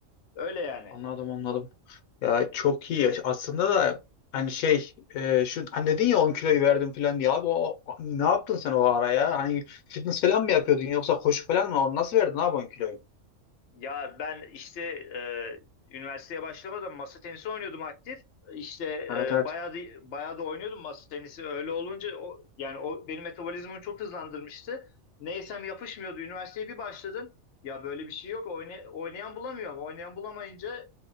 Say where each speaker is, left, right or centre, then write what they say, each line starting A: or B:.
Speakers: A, on the left; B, on the left.
A: öyle yani.
B: Anladım anladım. Ya çok iyi. ya. Aslında da hani şey e, şu hani dedin ya 10 kiloyu verdim falan diye abi o, o- ne yaptın sen o ara ya? Hani fitness falan mı yapıyordun yoksa koşu falan mı? Onu nasıl verdin abi 10 kiloyu?
A: Ya ben işte e, üniversiteye başlamadan masa tenisi oynuyordum aktif. İşte
B: Evet
A: e,
B: evet.
A: bayağı da, bayağı da oynuyordum masa tenisi. Öyle olunca o, yani o benim metabolizmamı çok hızlandırmıştı. Ne yesem yapışmıyordu. Üniversiteye bir başladım. Ya böyle bir şey yok. Oyna- oynayan bulamıyorum. Oynayan bulamayınca